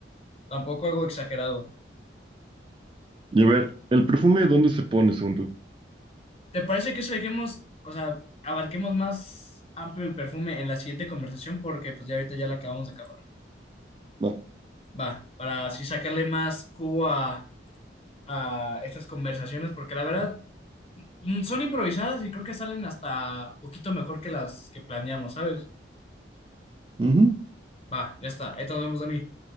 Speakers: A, on the left (about 30°); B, on the right (about 25°).
A: Tampoco algo exagerado.
B: Y a ver, ¿el perfume dónde se pone, según tú?
A: ¿Te parece que eso dejemos, o sea, abarquemos más amplio el perfume en la siguiente conversación? Porque pues ya ahorita ya la acabamos de acabar.
B: Va.
A: Va, para así sacarle más jugo a, a estas conversaciones, porque la verdad mm, son improvisadas y creo que salen hasta poquito mejor que las que planeamos, ¿sabes?
B: Ujú.
A: Va, ya está. Ahí nos vemos, Dani.